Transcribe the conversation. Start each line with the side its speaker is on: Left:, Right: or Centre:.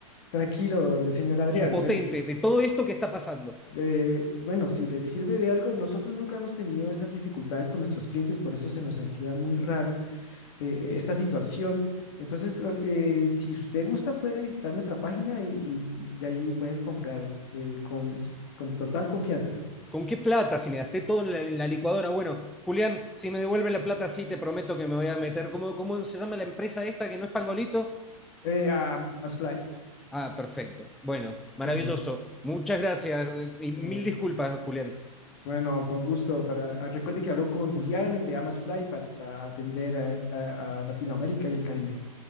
Left: tranquilo, señor Adrián.
Centre: impotente
Left: Pues
Centre: de todo esto que está pasando.
Left: eh, bueno, si les sirve de algo, nosotros nunca hemos tenido esas dificultades con nuestros clientes, por eso se nos hacía muy raro eh, e, esta situación. Entonces, eh, si usted gusta, puede visitar nuestra página y, y- y ahí puedes comprar eh, con, con total confianza.
Centre: ¿Con qué plata? Si me gasté todo en la, en la licuadora. Bueno, Julián, si me devuelve la plata, sí, te prometo que me voy a meter. ¿Cómo, cómo se llama la empresa esta que no es Pangolito?
Left: Eh, a Amazfly.
Centre: Ah, perfecto. Bueno,
Left: Sí,
Centre: maravilloso.
Left: sí. sí.
Centre: Muchas gracias eh, y
Left: Ah,
Centre: mil disculpas, Julián.
Left: bueno, con gusto. Para, ah, recuerde que habló con Julián eh, de Amazfly para atender a a- a Latinoamérica y el Caribe.